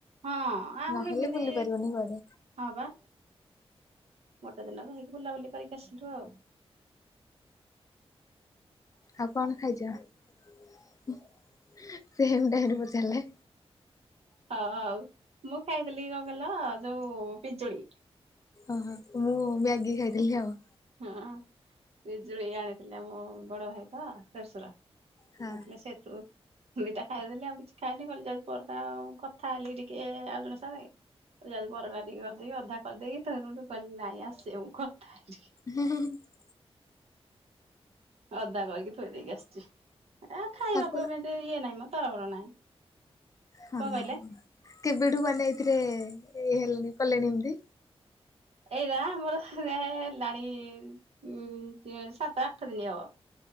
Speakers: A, on the right; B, on the left.
A: ହଁ ଆଉ
B: ନହେଲେ
A: ହେମିତି
B: ବୁଲି ପାରିବନି କୁଆଡେ।
A: ହଁ ବା। ଗୋଟେ ଦିନ ରହିକି ବୁଲାବୁଲି କରିକି ଆସିଲୁ ଆଉ।
B: ଆଉ କଣ ଖାଇଛ ହୁଁ ସେମ ଟାଇମରେ ପଚାରିଲେ।
A: ହଁ ହଉ ମୁଁ ଖାଇଥିଲି କଣ କହିଲ ଯୋଉ ପିଜୁଳି।
B: ଓହୋ ମୁଁ ମ୍ୟାଗି ଖାଇଥିଲି ଆଉ।
A: ହଁ ପିଜୁଳି ଆଣିଥିଲେ ମୋ ବଡ ଭାଇ ତ ଦେଢଶୁର।
B: ହଁ
A: ଆଣିଥିଲେ ସେଇଥିରୁ। ରୁ ଦିଟା ଖାଇଦେଲି ଆଉ କିଛି ଖାଇନି କହିଲି ଯାଉଛି ପରଟା ଆଉ କଥା ହେଲି ଟିକେ ଆଉ ଜଣେ ସାଙ୍ଗରେ। କହିଲି ଯାଉଛି ପରଟା ଟିକେ କରିଦେଇକି ଅଧା କରିଦେଇକି ତା ପରେ କହିଲି ନାଇଁ ଆସେ ମୁଁ କଥା ହେଇକିରି।
B: <unintelligible>
A: ଅଧା କରିକି ଥୋଇ ଦେଇକି ଆସିଛି ଏ ଖାଇବାକୁ
B: ଆପଣ
A: ଏମିତି ଇଏ ନାହିଁ ମ ତରବର ନାହିଁ।
B: ହଁ
A: କଣ କହିଲେ
B: କେବେଠୁ ମାନେ ଏଥିରେ ଇଏ ହେଲେଣି କଲେଣି ଏମତି।
A: ଏଇବା ମୋର ହେ ହେଲାଣି ଉଁ ଏ ସାତ ଆଠ ଦିନି ହଵ।